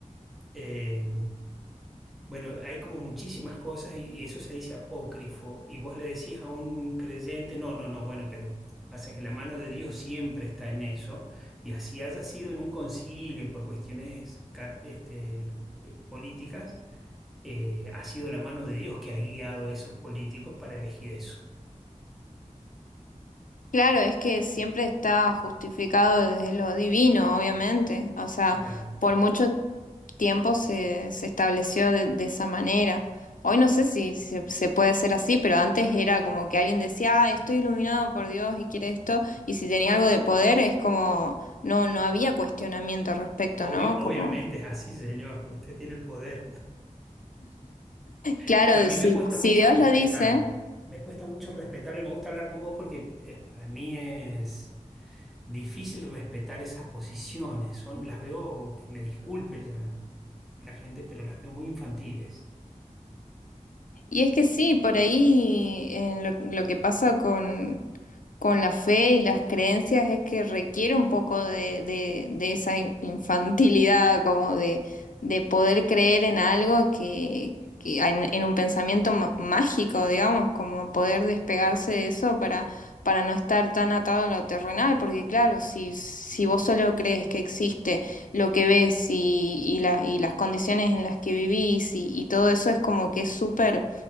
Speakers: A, in the centre; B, on the left.
A: Eh, bueno, hay como muchísimas cosas y, y eso se dice apócrifo. Y vos le decís a un creyente, no, no, no, bueno, pero pasa que la mano de Dios siempre está en eso. Y así haya sido en un concilio por cuestiones ca- este, eh, políticas, eh, ha sido la mano de Dios que ha guiado a esos políticos para elegir eso.
B: Claro, es que siempre está justificado desde lo divino, obviamente. O sea,
A: Claro.
B: por mucho tiempo se, se estableció de, de esa manera. Hoy no sé si si se, se puede hacer así, pero antes era como que alguien decía, ah, estoy iluminado por Dios y quiere esto, y si tenía algo de poder, es como, no, no había cuestionamiento al respecto,
A: Obvio,
B: ¿no? Como,
A: obviamente es así, señor. Usted tiene el poder. <laughs>
B: claro,
A: Claro, a mí
B: si,
A: me cuesta
B: si
A: mucho
B: Dios
A: respetarlo.
B: lo dice,
A: Me cuesta mucho respetarlo y me gusta hablar con vos porque eh, para mí es difícil respetar esas posiciones. Son, las veo, que me disculpe la, la gente, pero las veo muy infantiles.
B: Y es que sí, por ahí en lo, lo que pasa con, con la fe y las creencias es que requiere un poco de, de- de esa in- infantilidad, como de, de poder creer en algo que, que en, en un pensamiento ma- mágico, digamos, como poder despegarse de eso para, para no estar tan atado a lo terrenal, porque claro, si, si vos solo crees que existe lo que ves y, y la- y las condiciones en las que vivís y, y todo eso es como que es súper